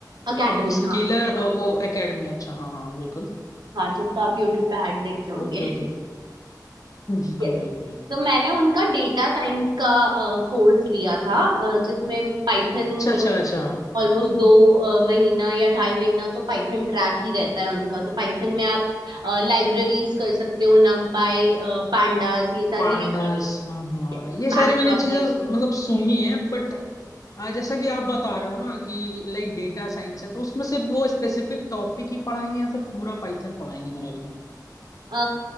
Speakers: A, on the right; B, on the left.
A: एकेडमी
B: स्केलर
A: हाँ
B: वो एकेडमी अच्छा हाँ हाँ बिल्कुल
A: हाँ जिसका आप यूट्यूब पे ऐड देखते होंगे
B: Okay okay बिल्कुल
A: यस
B: बिल्कुल
A: तो मैंने उनका डेटा साइंस का कोर्स लिया था अ, जिसमें पाइथन
B: अच्छा
A: वो
B: अच्छा
A: लोग
B: अच्छा
A: ऑलमोस्ट दो अ, महीना या ढाई महीना तो पाइथन ट्रैक ही रहता है उनका तो पाइथन में आप लाइब्रेरीज कर सकते हो numpy पाई पांडास ये सारी
B: पांडास
A: लाइब्रेरी
B: हाँ हाँ
A: Yes
B: ये सारी
A: matplot
B: मैंने चीजें मतलब सुनी है बट जैसा कि आप बता रहे हो ना कि लाइक डेटा साइंस है तो उसमें सिर्फ वो स्पेसिफिक टॉपिक ही पढ़ाएंगे या फिर पूरा पाइथन पढ़ाएंगे मेरे को
A: अ,